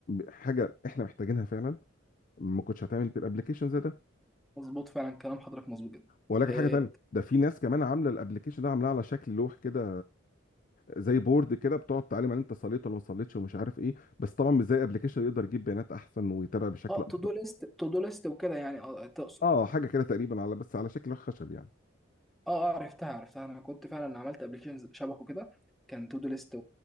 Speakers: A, on the left (about 40°); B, in the centre.
A: حاجه احنا محتاجينها فعلا ما كنتش هتعمل الابلكيشن زي ده
B: مظبوط فعلا كلام حضرتك مظبوط جدا
A: واقول لك
B: إيه،
A: على حاجه تانية ده في ناس كمان عامله الابلكيشن ده عاملاه على شكل لوح كده زي بورد كده بتقعد تعلم ان انت صليت ولا ما صليتش ومش عارف ايه بس طبعا مش زي ابلكيشن يقدر يجيب بيانات احسن ويتابع بشكل
B: اه
A: افضل
B: تو دو ليست تو دو ليست وكده يعني اه تقصد
A: اه حاجه كده تقريبا على بس على شكل لوح خشب يعني
B: اه اه عرفتها عرفتها انا كنت فعلا عملت ابلكيشن شبهه كده كان تو دو ليست